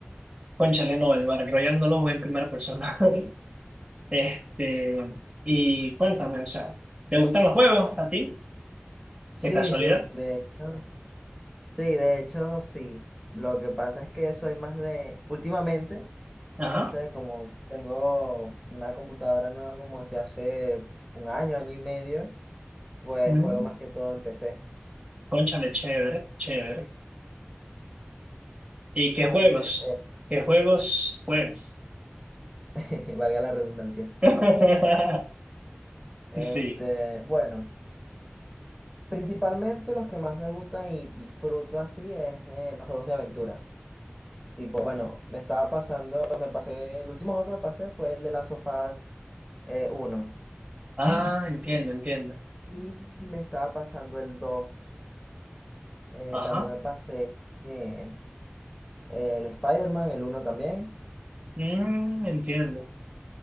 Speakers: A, on the right; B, in the centre.
A: cónchale, no, el Battle Royale no lo jugué en primera persona. <laughs> Este, y cuéntame, o sea, ¿te gustan los juegos a ti?
B: Sí,
A: De casualidad.
B: sí, de hecho. Sí, de hecho, sí. Lo que pasa es que soy más de, últimamente,
A: Ajá.
B: no sé, como tengo una computadora nueva como desde hace un año, año y medio, pues
A: Mm,
B: juego más que todo en PC.
A: cónchale, chévere, chévere. ¿Y qué
B: Y bueno,
A: juegos? ¿Qué juegos juegas?
B: eh, <laughs> valga la redundancia.
A: <laughs>
B: Este,
A: Sí.
B: bueno, principalmente los que más me gustan y disfruto así es eh, los juegos de aventura. Tipo, bueno, me estaba pasando, me pasé, el último juego que me pasé fue el de Last of Us eh, 1.
A: Ah, entiendo, entiendo.
B: Y me estaba pasando el dos Eh,
A: Ajá.
B: también me pasé eh, el Spider-Man, el uno también.
A: Mm, entiendo.